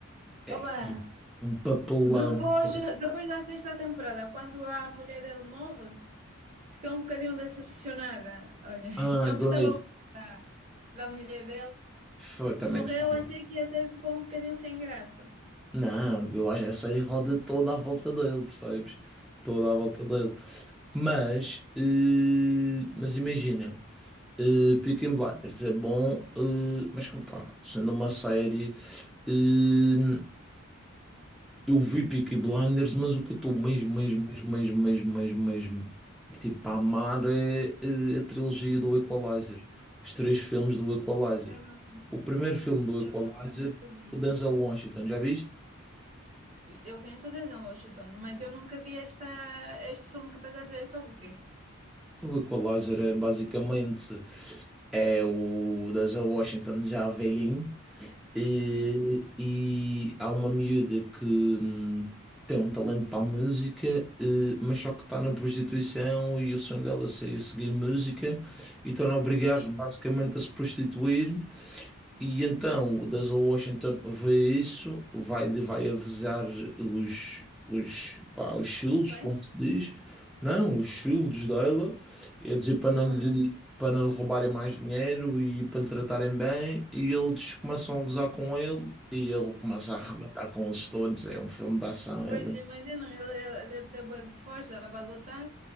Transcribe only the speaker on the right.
Oba!
Depois, depois da sexta temporada, quando a mulher dele morre, fiquei um bocadinho decepcionada. Olha,
<laughs> eu
gostava da, da mulher dele.
Morreu,
achei que a série ficou um bocadinho sem graça.
Sim,
eu não,
eu
não, eu nunca vi.
Eu conheço o Denzel Washington, mas eu nunca vi esta, este filme que estás a dizer É sobre o quê?
Sim,
sim.
Os pais?
Horrível.
Sim.
Pois
imagina, ele, ele ele deve ter boa de força para lutar.